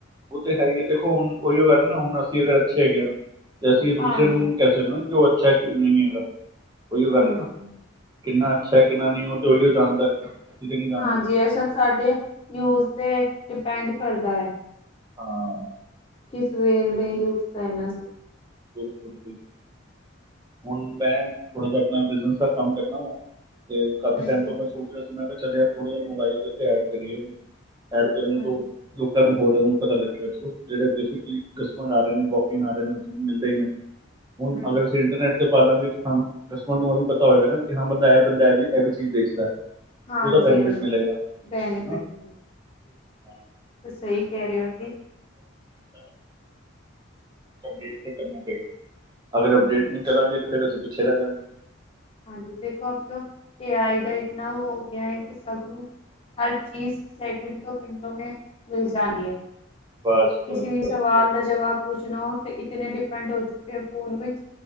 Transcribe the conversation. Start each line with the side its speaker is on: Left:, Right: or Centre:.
Right: ਉਹ ਤਾਂ ਹੈ ਹੀ ਹੈ ਦੇਖੋ ਹੁਣ ਉਹੀਓ ਗੱਲ, ਨਾ ਹੁਣ ਅਸੀਂ ਅਗਰ ਅੱਛੇ ਹੈਗੇ ਨਾ, ਅਸੀਂ ਇਹ ਦੂਸਰੇ
Left: ਹਾਂਜੀ
Right: ਨੂੰ ਕਹਿ ਸਕਦੇ ਨਾ ਕਿ ਉਹ ਚੈੱਕ ਨੂੰ ਨੀ ਹੈਗਾ। ਉਹੀਓ
Left: ਹਾਂਜੀ
Right: ਗੱਲ ਨਾ ਕਿੰਨਾ, ਅੱਛਾ ਕਿੰਨਾ ਨਹੀਂ ਉਹ ਤੇ ਉਹੀਓ ਜਾਣਦਾ। ਅਸੀਂ ਤੇ ਨਹੀਂ ਜਾਣਦੇ
Left: ਹਾਂਜੀ ਇਹ ਸਭ ਸਾਡੇ ਯੂਜ ਤੇ, ਡਿਪੈਂਡ ਕਰਦਾ ਹੈ।
Right: ਹਾਂ,
Left: ਕਿਸ ਵੇਲੇ
Right: ਉਹੀਓ
Left: ਮੈਂ
Right: ਚੀਜ਼
Left: ਯੂਜ ਕਰਨਾ ਸੀ।
Right: ਬਿਲਕੁਲ ਬਿਲਕੁਲ, ਹੁਣ ਮੈਂ ਥੋੜਾ ਜਿਹਾ ਆਪਣਾ ਬਿਜਨਸ ਦਾ ਕੰਮ ਕਰਨਾ ਵਾ ਤੇ ਕਾਫੀ
Left: ਹਾਂਜੀ
Right: ਟਾਈਮ ਤੋਂ ਮੈਂ ਸੋਚ ਰਿਹਾ ਸੀ ਮੈਂ ਕਿਹਾ ਥੋੜਾ ਜਿਹਾ ਮੋਬਾਈਲ ਦੇ ਉੱਤੇ ਐਡ ਕਰੀਏਨੂੰ ਐਡ
Left: ਹਾਂਜੀ
Right: ਕਰ ਤੋਂ ਲੋਕਾਂ ਨੂੰ ਹੋਰ ਨੂੰ ਪਤਾ ਲੱਗੇਗਾ ਚਲੋ ਜਿਹੜੇ ਬੇਸਿਕਲੀ ਕਸਮਰ ਆ ਰਹੇ ਨੇ ਵੋਕਿੰਗ ਆ ਰਹੇ ਨੇ ਮਿਲਦਾ ਹੀ ਮੈਂ ਹੁਣ
Left: ਹਾਂਜੀ
Right: ਅਗਰ ਅਸੀਂ ਇੰਟਰਨੈੱਟ ਤੇ ਪਾ ਦਾਂਗੇ ਸਾਨੂੰ ਕਸਟਮਰ ਨੂੰ ਇਹ ਵੀ ਪਤਾ ਹੋਏਗਾ ਨਾ ਕਿ ਹਾਂ ਬੰਦਾ ਇਹ ਬੰਦਾ ਇਹ ਵੀ ਇਹ ਵੀ ਚੀਜ਼ ਵੇਚਦਾ ਹੈ
Left: ਹਾਂਜੀ
Right: ਤੇ ਉਹਦਾ ਬੈਨੀਫਿਟ
Left: ਹਾਂਜੀ
Right: ਮਿਲੇਗਾ
Left: ਪਹ
Right: ਹੈ
Left: ਬੈਫਿਟ
Right: ਨਾ
Left: ਮ
Right: ਹਾਂ
Left: ਸਹੀ ਕਹਿ ਰਹੇ ਹੋ ਜੀ।
Right: <inaudible> ਗ। <inaudible> ਅਗਰ ਅਪਡੇਟ
Left: ਹਾਂਜੀ
Right: ਨਹੀਂ ਕਰਾਂਗੇ ਤੇ ਫੇਰ ਅਸੀਂ ਛੜ ਜਾ। <unintelligible>
Left: ਹਾਂਜੀ ਦੇਖੋ ਅਬ ਤੋਂ ਏ ਆਈ ਦਾ ਇਤਨਾ ਹੋ ਗਿਆ ਹੈ ਕਿ ਸਭ ਨੂੰ ਹਰ ਚੀਜ਼ ਸੈਕਿੰਡ ਤੋਂ ਮਿੰਟੋ ਮ ਮਿਲ ਜਾਂਦੀ ਹੈ।
Right: ਬਸ
Left: ਕਿਸੇ
Right: ਬਸ
Left: ਵੀ ਸਵਾਲ
Right: ਬਸ ਬਸ
Left: ਦਾ ਜਵਾਬ ਪੁੱਛਣਾ ਹੋ ਇਤਨੇ ਡਿਪੈਂਡ ਹੋ ਚੁੱਕੇ ਆ ਫੋਨ ਵਿੱਚ